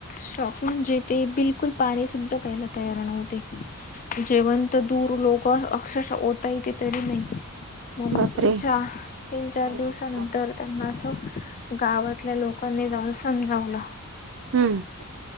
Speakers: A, on the left; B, on the right.
A: शॉक म्हणजे ते बिलकुल पाणी सुद्धा पहियला तयार नव्हते जेवण. दूर लोक अक्षरश. तरी नाही मग
B: बापरे
A: च तीन चार
B: हम्म
A: दिवसानंतर. त्यांना असं गावातल्या लोकांनी जाऊन समजावलं.
B: हम्म